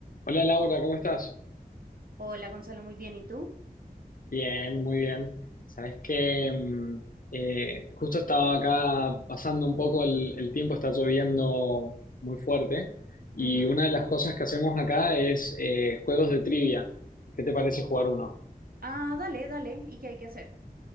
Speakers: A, on the left; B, on the right.
A: Hola Laura, ¿cómo estás?
B: Hola Gonzalo, muy bien. ¿Y tú?
A: Bien, muy bien. Sabes que mm, eh, justo estaba acá pasando un poco el, el tiempo, está lloviendo muy fuerte y
B: Ujú.
A: una de las cosas que hacemos acá es eh, juegos de trivia. ¿Qué te parece jugar uno?
B: Ah, dale, dale. ¿Y qué hay que hacer?